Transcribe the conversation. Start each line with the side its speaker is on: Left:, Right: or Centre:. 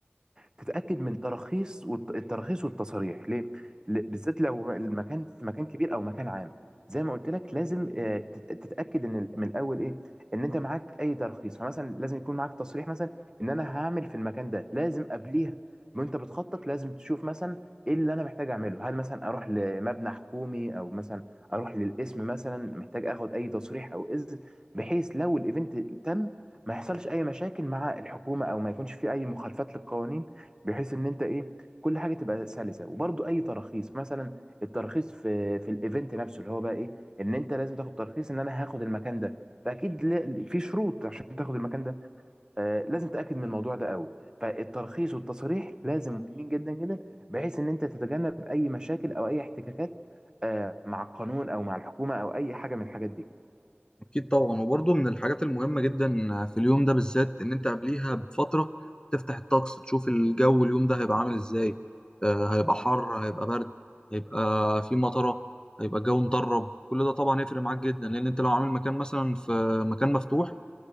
Right: تتاكد من تراخيص والت- التراخيص والتصاريح ليه ل- بالذات لو المكان في مكان كبير او مكان عام زي ما قلت لك لازم آه، تت- تتاكد ان ال- من الاول ايه ان انت معاك اي ترخيص فمثلا لازم يكون معاك تصريح مثلا ان انا هعمل في المكان ده لازم قبليها وانت بتخطط لازم تشوف مثلا ايه اللي انا محتاج اعمله هل مثلا اروح لمبنى حكومي او مثلا اروح للقسم مثلا محتاج اخد اي تصريح او اذن بحيث لو الايفنت تم ما يحصلش اي مشاكل مع الحكومه او ما يكونش في اي مخالفات للقوانين بحيث ان انت ايه كل حاجه تبقى سلسه وبرضو اي تراخيص مثلا التراخيص في في الايفنت نفسه اللي هو بقى ايه ان انت لازم تاخد ترخيص ان انا هاخد المكان ده فاكيد ل- في شروط عشان تاخد المكان ده آه لازم تاكد من الموضوع ده قوي فالترخيص والتصريح لازم مهمين جدا جدا بحيث ان انت تتجنب اي مشاكل او اي احتكاكات آه مع القانون او مع الحكومه او اي حاجه من الحاجات دي
Left: أكيد طبعا وبرضه من الحاجات المهمة جدا في اليوم ده بالذات إن أنت قبليها بفترة تفتح الطقس تشوف الجو اليوم ده هيبقى عامل إزاي آه، هيبقى حر
Right: مم.
Left: هيبقى برد هيبقى في مطرة
Right: مم.
Left: هيبقى الجو مطرب كل ده طبعا هيفرق معاك جدا لأن أنت لو عامل مكان مثلا في مكان مفتوح